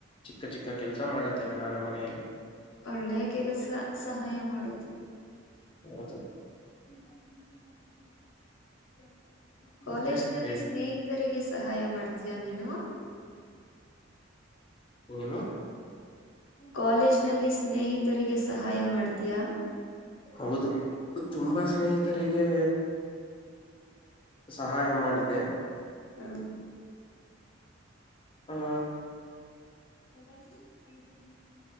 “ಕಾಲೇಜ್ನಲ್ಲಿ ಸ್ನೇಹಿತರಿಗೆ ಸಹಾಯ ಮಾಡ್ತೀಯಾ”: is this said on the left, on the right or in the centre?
Left